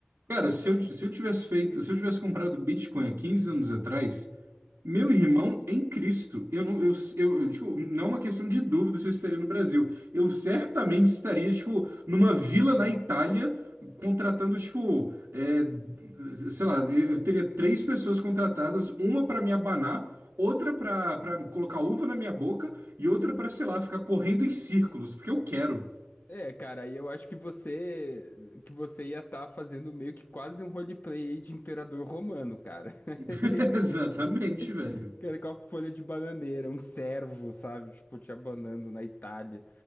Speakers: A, on the right; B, on the left.
A: Cara, se eu, se eu tivesse feito, se eu tivesse comprado Bitcoin há 15 anos atrás, Meu irmão em Cristo, eu não, eu, eu, eu, tipo, não é uma questão de dúvida se eu estaria no Brasil. Eu certamente estaria, tipo, numa vila na Itália, contratando, tipo, é, sei lá, eu eu teria três pessoas contratadas, uma para me abanar, outra para para colocar uva na minha boca e outra para, sei lá, ficar correndo em círculos, porque eu quero.
B: É, cara, aí eu acho que você que você ia estar fazendo meio que quase um roleplay aí de imperador romano, cara. <laughs>
A: <laughs> Exatamente,
B: Esse, esse, ni-
A: velho.
B: cara com a folha de bananeira, um servo, sabe? Tipo, te abanando na Itália.